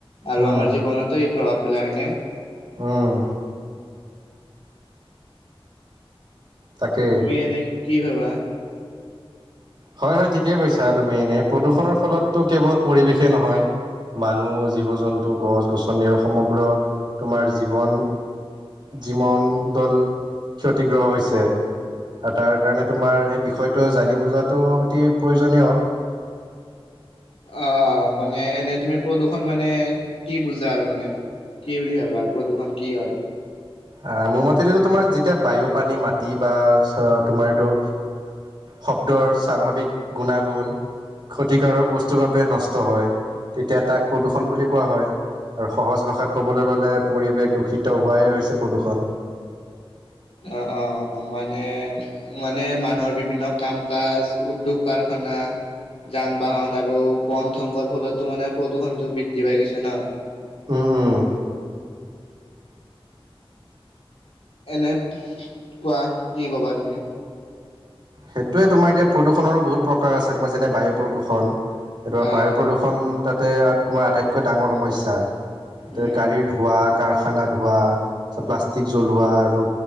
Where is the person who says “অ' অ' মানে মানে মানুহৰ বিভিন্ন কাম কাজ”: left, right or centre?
Left